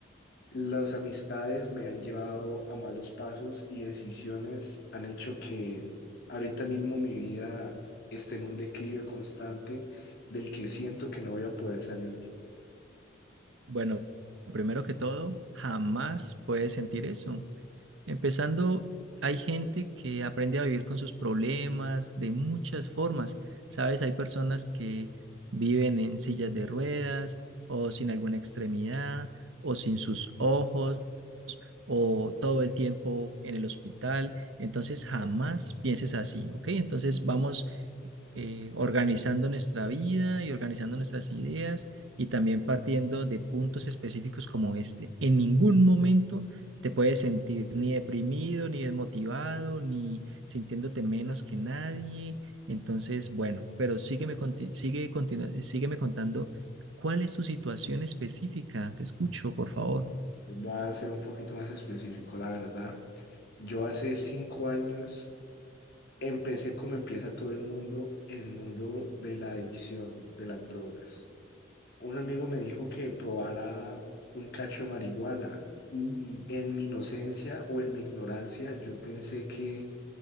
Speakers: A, on the left; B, on the right.
A: Las amistades me han llevado a malos pasos y decisiones han hecho que ahorita mismo mi vida esté en un declive constante del que siento que no voy a poder salir.
B: Bueno, primero que todo, jamás puedes sentir eso. Empezando, hay gente que aprende a vivir con sus problemas de muchas formas. Sabes, hay personas que viven en sillas de ruedas o sin alguna extremidad o sin sus ojos o todo el tiempo en el hospital. Entonces, jamás pienses así, ¿ok? Entonces, vamos eh, organizando nuestra vida y organizando nuestras ideas y también partiendo de puntos específicos como este. En ningún momento te puedes sentir ni deprimido, ni desmotivado, ni sintiéndote menos que nadie. Entonces, bueno, pero sígueme, conti- sigue, continua- sígueme contando cuál es tu situación específica. Te escucho, por favor.
A: Voy a ser un poquito más específico, la verdad. Yo hace cinco años empecé como empieza todo el mundo, en el mundo de la adicción, de las drogas. Un amigo me dijo que probara un cacho de marihuana y en mi inocencia o en mi ignorancia yo pensé que